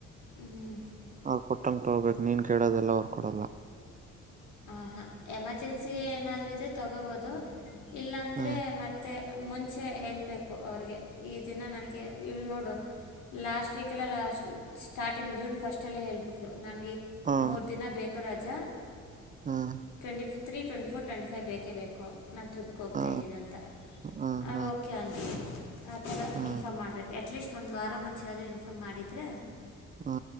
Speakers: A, on the left; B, on the right.
A: ಹ್ಞೂ
B: ಅವ್ರ್ ಕೊಟ್ಟನ್ ತಗಬೇಕಕ್ ನೀನ್ ಕೇಳೋದೆಲ್ಲ ಅವರು ಕೊಡಲ್ಲ
A: ಆ ಹಾ ಎಮರ್ಜೆನ್ಸಿ ಏನಾದ್ರರು ಇದ್ರೆ ತಗೋಬಹದು ಇಲ್ಲಾಂದ್ರೆ
B: ಹಾ
A: ಮತ್ತೆ ಮುಂಚೆ ಹೇಳಬೇಕು ಅವ್ರಿಗೆ ಈ ದಿನ ನನಗೆ ಇಲ್ಲಿ ನೋಡು ಲಾಸ್ಟ್ ವೀಕಲ್ಲ ಲಾಸ್ಟ್ ಸ್ಟಾರ್ಟಿಂಗ್ ಜೂನ್ ಫಸ್ಟಲ್ಲೇ ಹೇಳ್ಬಿಟ್ಲು ನನಗೆ
B: ಹಾ
A: ಮೂರು ದಿನ ಬೇಕು ರಜಾ
B: ಹಾ
A: ಟ್ವೆಂಟಿ ತ್ರೀ ಟ್ಂಟ ಫೋ ಟ್ವೆಟಿ ೈವ ಬೇಕೇ ಬೇಕು ನಾನು ಟ್ರಿಪ್ಿಗೆ ಹೋಗ್ತಾಯ
B: ಹಾ
A: ಇದ್ದೀನಿ ಅಂತ
B: ಹಾ
A: ಹಾಂ
B: ಹಾ
A: ಓಕೆ ಅಂದ ಆ ಅದ
B: ಹಾ
A: ಇನ್ಫ್ಮ್ ಮಾಡಬೇಕು ಅಟ್ಲೀಸ್ಟ್ ಒಂದು ವಾರ ಮುಂಚೆರೆ ಇನ್ಫಾರ್ಮ್ ಮಾಡಿದರೆ
B: ಹಾ